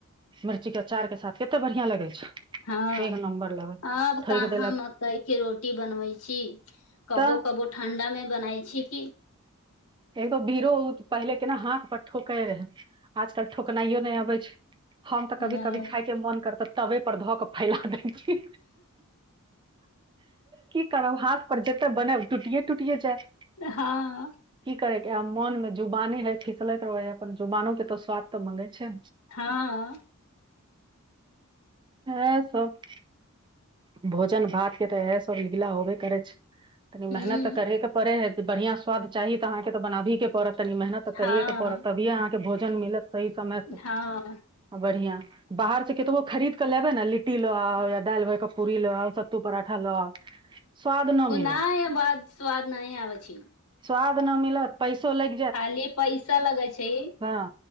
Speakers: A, on the right; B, on the left.
A: मिरची के अचार के साथे त बढ़ियाँ लगै छै
B: हंँ
A: एक नम्बर लगल
B: आब
A: ठोक
B: कहाँ
A: देलक
B: मकइ के रोटी बनबै छी कबो
A: तऽ
B: कबो ठंडा मे बनै छी की
A: एगो भीड़ो पहिले केना हाथ पर ठोकै रहै आजकल ठोकनायौ नै अबै छै हम तऽ कभी
B: नहि
A: कभी खाइ के मन करतऽ तबे पर धऽ कऽ फैला दै छी की करब हाथ पर जते बनायब टूटिये टूटिये जायत
B: हँ
A: की करै या मनमे जुबानी नै फिसलैय त ओहए अपन ज- जुबानो के त स्वाद तऽ मंगै छै
B: हँ
A: इहाए सब भोजन भात के तऽ इहाए सब लीला होबे करै छै तनि
B: हूँ
A: मेहनत तऽ करहै के परै हइ बढ़ियाँ स्वाद चाही तऽ अहांँ के त बनाभही के पड़त तनि मेहनत त
B: हँ
A: करयै के पड़त तभीये अहाँके त भोजन मिलत सही समय स
B: हँ
A: आ बढ़ियाँ बाहर से कतबो खरीद कऽ लेबै न लिट्टी लऽ आउ या दालि भरि क पूरी लऽ आउ सत्तू पराठा लऽ आउ स्वाद न
B: ओ
A: मिलत
B: नहि बाद स्वाद नहि आबै छी
A: स्वाद न मिलत पैसो लगि
B: खाली पैसा लगे छै
A: हँ